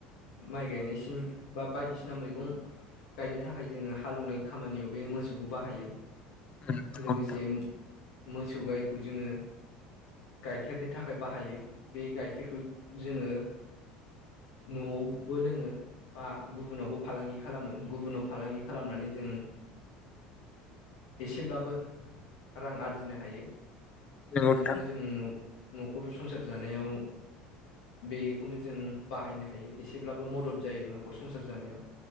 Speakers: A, on the left; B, on the left.
A: माइ गायनायसिम बा बायदिसिना मैगं गायनो थाखाय जोङो हालौनाय खामानियाव बे मोसौखौ बाहायो।
B: उम नंगौ
A: लोगोसे
B: नोंथां
A: मोसौ गायखौ जोङो गाइखेरनि थाखाय बाहायो। बे गाइखेरखौ जोङो न'आवबो लोङो बा गुबुनावबो फालांगि खालामो गुबुनाव फालांगि खालामनानै जों एसेब्लाबो रां आरजिनो हायो।
B: नंगौ
A: बेजोंनो
B: नोंथां
A: जों न' न'खर संसार जानायाव बेखौनो जों बाहायनो हायो एसेब्लाबो मदद जायो, न'खर संसार जानायाव।